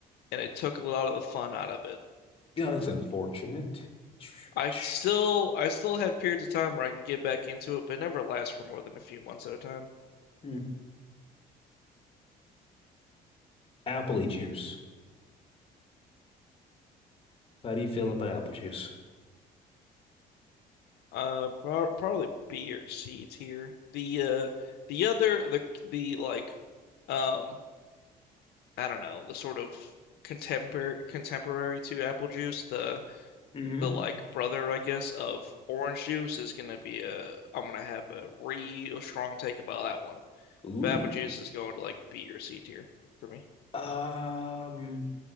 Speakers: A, on the left; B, on the left.
A: and it took a lot of the fun out of it
B: Yeah, that's
A: for
B: unfortunate.
A: me.
B: <sniffs>
A: I still I still have periods of time where I can get back into it, but it never lasts for more than a few months at a time.
B: Mm. Apple juice. How do you feel
A: Mm,
B: about apple juice?
A: uh, pro probably B or C tier. The uh the other the the like. um I don't know, the sort of contemporary contemporary to apple juice, the
B: hmm
A: the like brother, I guess, of orange juice is gonna be a I'm gonna have a real strong take about that one.
B: Ooh.
A: But apple juice is going to like B or C tier for me.
B: Um,